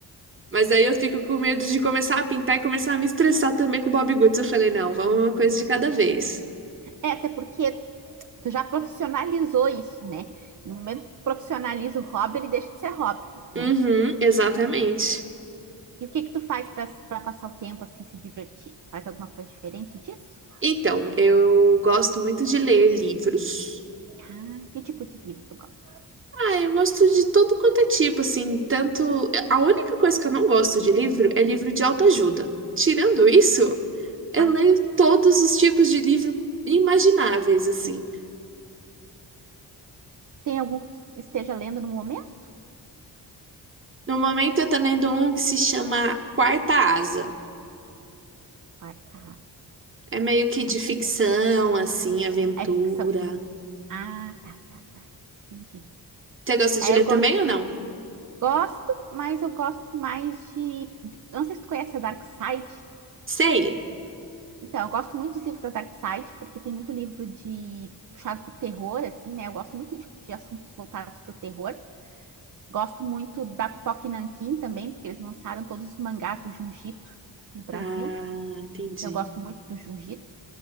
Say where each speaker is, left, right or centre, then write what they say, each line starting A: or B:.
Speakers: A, on the right (about 30°); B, on the right (about 45°).
A: Mas aí eu fico com medo de começar a pintar e começar a me estressar também com o Bob Goods. Eu falei, não, vamos uma coisa de cada vez.
B: É, até porque tu já profissionalizou isso, né? No momento que tu profissionaliza o hobby, ele deixa de ser hobby,
A: Uhum,
B: né?
A: exatamente.
B: E o que que tu faz para passar o tempo assim, se divertir? Faz alguma coisa diferente disso?
A: Então, eu gosto muito de ler livros.
B: Ah, que tipo de livro tu gosta?
A: Ah, eu gosto de todo quanto é tipo, assim, tanto... A única coisa que eu não gosto de livro é livro de autoajuda. Tirando isso, eu
B: Ah,
A: leio todos os tipos de livro imagináveis, assim.
B: tem algum que tu esteja lendo no momento?
A: No momento eu tô lendo um que se chama Quarta Asa.
B: Quarta
A: É meio que de
B: Não conheço
A: ficção,
B: esse.
A: assim, aventura.
B: Ah, É ficção. Ah, tá, tá, tá. Entendi.
A: Você gosta de
B: É,
A: ler
B: eu gosto,
A: também ou não?
B: gosto, mas eu gosto mais de, de- Não sei se tu conhece a Dark Side.
A: Sei.
B: Então, eu gosto muito dos livros da Dark Side, porque tem muito livro de puxado pro terror, assim, né? Eu gosto muito de, de assuntos voltados para o terror. Gosto muito da Pipoca e Nanquim também, porque eles lançaram todos os mangás do Junjito aqui no Brasil.
A: Ah, entendi.
B: Então, eu gosto muito do Junjito.